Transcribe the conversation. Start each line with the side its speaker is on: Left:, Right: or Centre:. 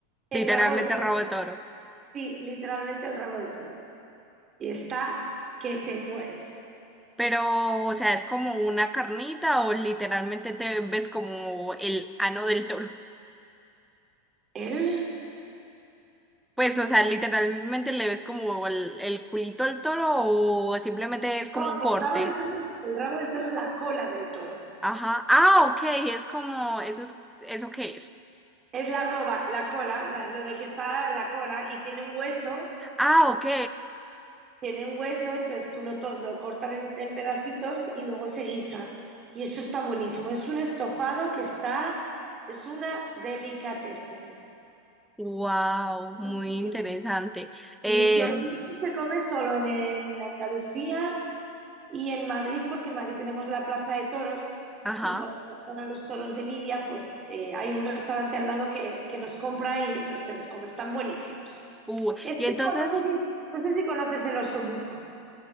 Right: El
Centre: Literalmente
Right: rabo de toro.
Centre: rabo de toro.
Right: Sí, literalmente el rabo de toro. Y está que te mueres.
Centre: Pero, o sea, ¿es como una carnita o literalmente te ves como el ano del toro?
Right: ¿El?
Centre: Pues, o sea, literalmente le ves como el, el culito al toro o simplemente es como
Right: No,
Centre: un corte.
Right: el rabo de toro es, el rabo de toro es la cola del toro.
Centre: Ajá. Ah, ok, es como, eso es, ¿eso qué es?
Right: Es la roba, la cola, la- lo de que está la cola y tiene un hueso,
Centre: Ah, ok.
Right: tiene un hueso, entonces tú lo, to- lo cortan en, en pedacitos y luego se guisa. Y eso está buenísimo. Es un estofado que está, es una delicatessen.
Centre: Wow,
Right: Buenísimo.
Centre: muy interesante. Eh,
Right: Buenísimo. Y esto se come solo en, en Andalucía Y en Madrid, porque en Madrid tenemos la Plaza de Toros
Centre: ajá.
Right: y cuando van a los toros de Lidia, pues eh, hay un restaurante al lado que, que los compra y entonces te los comes. Están buenísimos.
Centre: Uh,
Right: Es
Centre: y entonces,
Right: que no no sé si, no sé si conoces el osobuco.